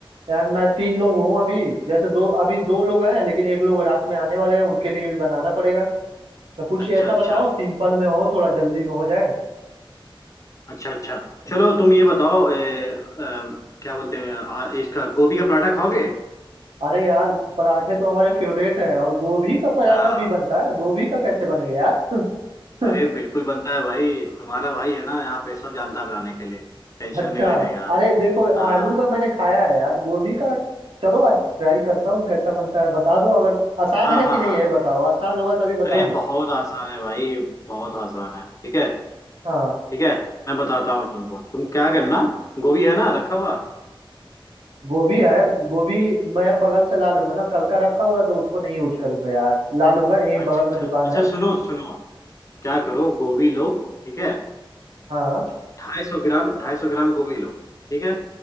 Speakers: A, on the right; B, on the left.
A: यार मैं तीन लोग हूँ अभी जैसे दो अभी दो लोग हैं लेकिन एक लोग रात में आने वाले हैं उनके लिए भी बनाना पड़ेगा तो कुछ
B: अच्छा
A: ऐसा
B: अच्छा
A: बताओ सिंपल में हो थोड़ा जल्दी में हो जाए
B: अच्छा अच्छा चलो तुम ये बताओ ए, अ, क्या बोलते हैं आ, इसका गोभी का पराठा खाओगे
A: अरे यार पराठे तो हमारे फेवरेट हैं और गोभी का पराठा
B: हाँ
A: भी बनता है गोभी का कैसे बनेगा यार <laughs>
B: अरे बिल्कुल बनता है भाई तुम्हारा भाई है ना यहाँ पे सब जानता है बनाने के लिए टेंशन
A: अच्छा
B: नहीं लेने का
A: अरे देखो
B: हाँ
A: आलू का मैंने खाया है यार गोभी का चलो आज ट्राई करता हूँ कैसा बनता है बता दो अगर आसान
B: हाँ
A: है
B: हाँ
A: कि नहीं
B: हाँ
A: है ये बताओ आसान होगा तभी बताना
B: अरे बहुत आसान है भाई बहुत आसान है ठीक है
A: हाँ
B: ठीक है मैं बताता हूँ तुमको तुम क्या करना गोभी है ना रखा हुआ
A: गोभी है गोभी मैं बगल से ला लूंगा ना कल का रखा हुआ है तो उसको नहीं यूज करूंगा यार ला लूंगा यहीं बगल
B: अच्छा अच्छा
A: में दुकान
B: अच्छा
A: है
B: सुनो सुनो क्या करो गोभी लो ठीक है
A: हाँ
B: ढाई सौ ग्राम ढाई सौ ग्राम गोभी लो ठीक है